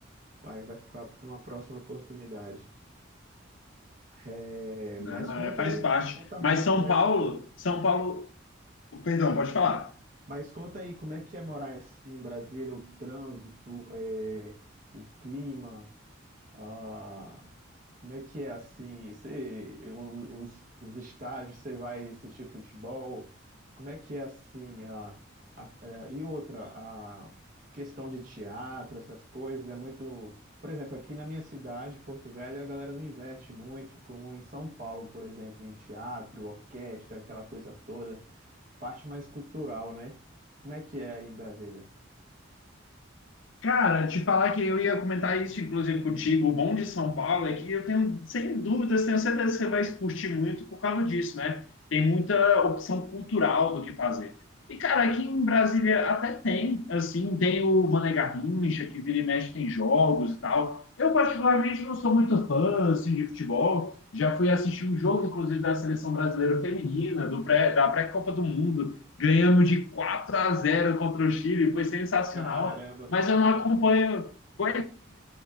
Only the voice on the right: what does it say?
Aí vai ficar para uma próxima oportunidade. É,
mas conta
aí,
conta mais
como é
que,
mas conta aí como é que é morar assim em Brasília, o trânsito, é, o clima. Ah, como é que é assim? Você, eu- os, os estágios, você vai assistir futebol? Como é que é assim? A, a- é, e outra, a questão de teatro, essas coisas, é muito. Por exemplo, aqui na minha cidade, Porto Velho, a galera não investe muito, como em São Paulo, por exemplo, em teatro, orquestra, aquela coisa toda, parte mais cultural, né? Como é que é aí em Brasília?
Caramba,
muito
bom.